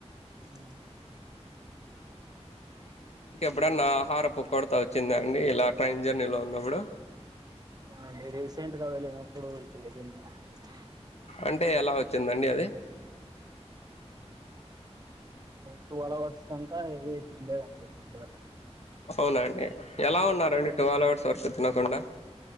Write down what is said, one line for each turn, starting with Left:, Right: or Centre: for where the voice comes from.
Right: ఉ
Left: కెప్పుడన్న ఆహారపు కొడత వచ్చిందా అండి ఇలా ట్రైన్ జర్నీలో ఉన్నప్పుడు
Right: ఆ రీసెంట్ గా వెళ్ళినప్పుడు జరిగిందండీ
Left: అంటే ఎలా వచ్చిందండి అది
Right: ట్వెల్వ్ అవర్స్ దంక ఏమీ తినలేదండి ఫుడ్
Left: అవునా అండి ఎలా ఉన్నారండి
Right: అంటే
Left: ట్వల్ అవర్స్ వరకు తినకుండ్